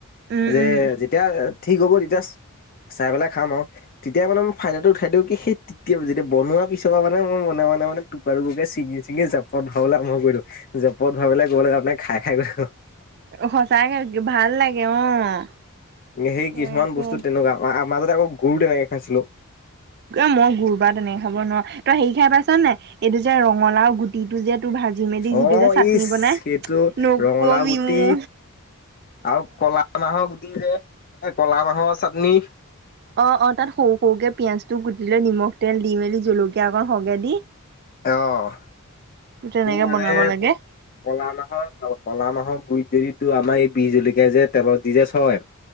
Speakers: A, on the right; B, on the left.
A: উম
B: যে
A: উম
B: যেতিয়া ঠিক হ'ব ততাচ চাই পেলাই খাম আৰু তেতিয়া মানে মই ফাইদাটো উঠাই দিওঁ কি সেই তে যেতিয়া বনোৱা পিছৰ মানে মই মনে মানে টুকুৰা টুকুৰ চিঙি চিঙি জপত ভৰাবলৈ আৰম্ভ কৰিলো জপত ভবলে গ'ল আৰু। <unintelligible> খাই খাই গৈ
A: সঁচাকে ভাল লাগে, অ'।
B: সেই
A: তাকে
B: কিছুমান বস্তু তেনেকুৱা, মাজতে আকৌ গুৰু তেনেকে খাইছিলো।
A: মই গুৰ বা তেনেকে খাব নোৱাৰো তই হেৰি খাই পাইছ নে এইটো যে ৰঙালাও গুটিটো যে ভাজি মেলি যিটো
B: অ
A: যে চাটনি
B: ইচ
A: বনাই,
B: সেইটো
A: নকবি
B: ৰঙালাও গুটি
A: মো
B: আৰু কলা মাহৰ গুটি যে, কলা মাহৰ চাটনি
A: অ', অ তাত সৰু সৰুকে পিয়াজটো কুটি লৈ নিমখ তেল দি মেলি জলকীয়া অকণ সগে দি
B: অ'।
A: তেনেকে
B: তোৰ মানে
A: বনাব লাগে
B: কলা মাহৰ কলা মাহৰ গুই যদি তোৰ আমাৰ এই বিহ জলকীয়া যে তেলত দি যে থই,